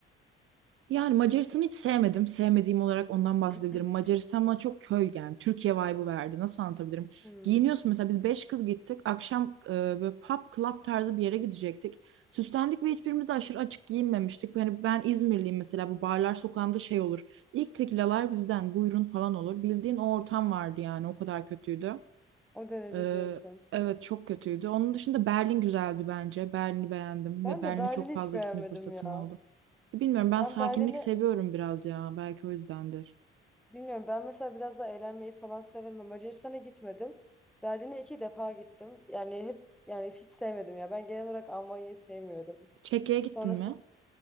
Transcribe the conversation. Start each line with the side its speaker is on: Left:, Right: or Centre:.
Right: Yani Macaristan'ı hiç sevmedim. Sevmediğim olarak ondan bahsedebilirim.
Centre: <clears throat>
Right: Macaristan bana çok köy yani. Türkiye vibe'ı verdi. Nasıl anlatabilirim?
Centre: Hmm,
Right: Giyiniyorsun mesela biz beş kız gittik. Akşam e, böyle pub club tarzı bir yere gidecektik. Süslendik ve hiçbirimiz de aşırı açık giyinmemiştik. Yani ben İzmirliyim mesela bu barlar sokağında şey olur. İlk tekilalar bizden buyurun falan olur. Bildiğin o ortam vardı yani o kadar kötüydü.
Centre: o derece
Right: E,
Centre: diyorsun.
Right: evet çok kötüydü. Onun dışında Berlin güzeldi bence. Berlin'i beğendim
Centre: Ben
Right: ve Berlin'e
Centre: de Berlin'i
Right: çok fazla
Centre: hiç beğenmedim
Right: gitme fırsatım
Centre: ya.
Right: oldu. E, Bilmiyorum
Centre: Ben
Right: ben sakinlik
Centre: Berlin'i
Right: seviyorum biraz ya. Belki o yüzdendir.
Centre: bilmiyorum. Ben mesela biraz daha eğlenmeyi falan severim. ama Macaristan'a gitmedim. Berlin'e iki defa gittim. Yani hep yani hiç sevmedim ya. Ben genel olarak Almanya'yı sevmiyorum.
Right: Çekya'ya gittin
Centre: Sonrasında
Right: mi?